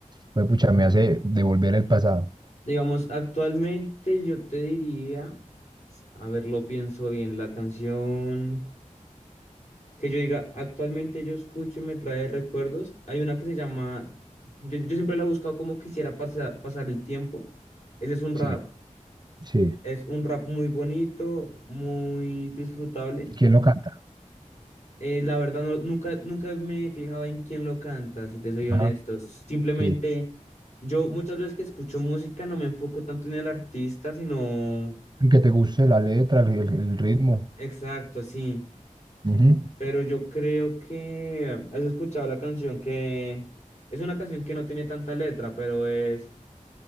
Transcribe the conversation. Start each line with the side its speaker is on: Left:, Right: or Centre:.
Right: pues pucha, me hace devolver el pasado.
Left: Digamos, actualmente yo te diría, a ver, lo pienso bien, la canción... que yo diga, actualmente yo escucho y me trae recuerdos. Hay una que se llama, yo, yo siempre la he buscado como quisiera pasar, pasar el tiempo. Ese es un rap,
Right: Sí, sí.
Left: es un rap muy bonito, muy disfrutable.
Right: ¿Quién lo canta?
Left: Eh, la verdad, no- nunca, nunca me he fijado en quién lo canta, si te soy honesto.
Right: Ajá,
Left: Simplemente,
Right: sí.
Left: yo muchas veces que escucho música no me enfoco tanto en el artista, sino...
Right: Que te guste la letra, el, el- el ritmo.
Left: Exacto, sí.
Right: Ujú.
Left: Pero yo creo que has escuchado la canción que es una canción que no tiene tanta letra, pero es